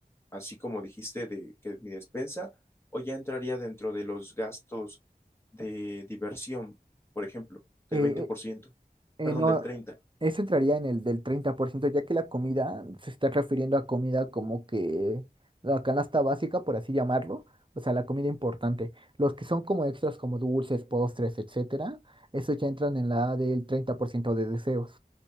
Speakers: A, on the left (about 15°); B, on the right (about 30°).
A: así como dijiste, de que es mi despensa, o ya entraría dentro de los gastos de diversión, por ejemplo,
B: Eh,
A: del veinte por ciento.
B: Eh,
A: perdón,
B: no,
A: del treinta.
B: eso entraría en el del 30% ya que la comida se está refiriendo a comida como que la canasta básica, por así llamarlo, o sea, la comida importante. Los que son como extras, como dulces, postres, etcétera, esos ya entran en la del 30% de deseos.